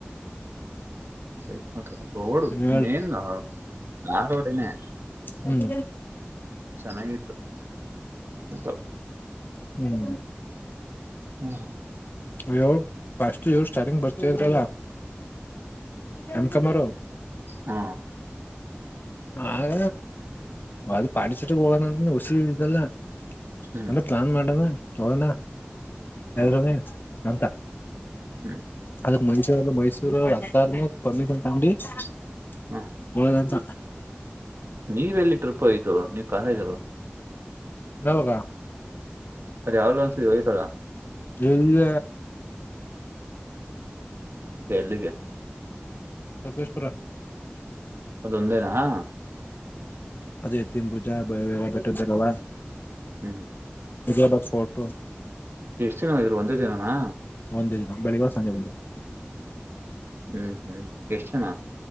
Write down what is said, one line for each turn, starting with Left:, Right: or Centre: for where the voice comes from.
Right: ಸೈಕ್ ಮತ್ರ ರೋಡ್
Left: ಹೇಳ್
Right: ಮೇನ್ ಆ ರೋಡೆನೆ
Left: ಹ್ಮ್
Right: ಚೆನ್ನಾಗಿತ್ತು ಒಂತರ.
Left: ಹ್ಮ್
Right: ಹ್ಮ್
Left: ಅಯ್ಯೋ ಫಸ್ಟ್ ಇವ್ರು ಸ್ಟಾರ್ಟಿಂಗ್ ಬರ್ತಾ ಇದ್ರಲ್ಲ. ಎಮ್ ಕಮಾರು.
Right: ಹು
Left: ಆಗ ಅದು ಪಾಂಡಿಚೇರಿಗೆ ಹೋಗಣಂತ ವಸಿ ಇದ್ದಲ್ಲ.
Right: ಹ್ಮ್
Left: ಅಂದ್ರೆ ಪ್ಲಾನ್ ಮಾಡಣ. ಹೋಗನ.
Right: ಹ್ಮ್
Left: ಯಾರೋ ನೀ ಅಂತ
Right: ಹ್ಮ್
Left: ಅದಕ್ಕೆ ಮೈಸೂರಲ್ಲ ಮೈಸೂರ ಅತ್ತಾರ <unintelligible>
Right: ಹ್ಮ್
Left: ಹೌದ <unintelligible>
Right: ನೀವೆಲ್ಲಿ ಟ್ರಿಪ್ ಹಯ್ತು ನೀ ಖಾಲಿಗಿದೆ
Left: ಯಾವಾಗ
Right: <unintelligible>
Left: ಎಲ್ಲಿ
Right: ಎಲ್ಲಿಗೆ
Left: ಸಕಲೇಶಪುರ
Right: ಅದೊಂದೇನಾ ಹ
Left: ಅದೇ ತಿಂಬುಜ ಬಯ ಬೆಟ್ಟ್ದವಾ
Right: ಹ್ಮ್
Left: ದಿಯಾಬಾದ ಫೋಟೋ
Right: ಎಷ್ಟು ದಿನ ಹೋಗಿದ್ರಿ ಒಂದೇ ದಿನಾನ
Left: ಒಂದೇ ದಿನ ಬೆಳಿಗ್ಗೆ ಸಂಜೆ ಬಂದು
Right: ಹ್ಮ್ ಹ್ಮ್ ಎಷ್ಟ ಜನ